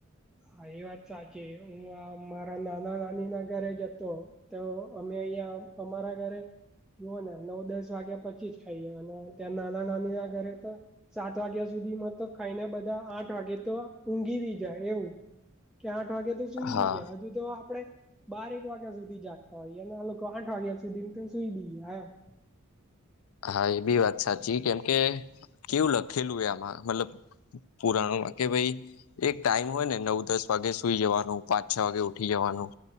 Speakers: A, in the centre; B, on the left.
A: હા એ વાત સાચી હું આ મારા નાના નાની ના ઘરે જતો. તો અમે અહિયાં અમારા ઘરે જુઓ ને નવ દસ વાગ્યા પછી જ ખાઈએ અને ત્યાં નાના નાની ના ઘરે તો સાત વાગ્યા સુધીમાં તો ખાઈને બધા આઠ વાગે તો ઊંઘીબી જાય એવું. કે આઠ વાગે તો સુઈ
B: હા
A: બી ગયા હજુ તો આપડે બારેક વાગ્યા સુધી જાગતા હોઈએ અનેને આ લોકો આઠ વાગ્યા સુધી તો સુઈ બી‌ જાય.
B: હા એ બી વાત સાચી કેમ કે, કેવું લખેલું એમાં મતલબ પુરાણોમાં કે ભાઈ એક ટાઈમ હોય ને નવ દસ વાગે સુઈ જવાનું પાંચ છ વાગે ઉઠી જવાનું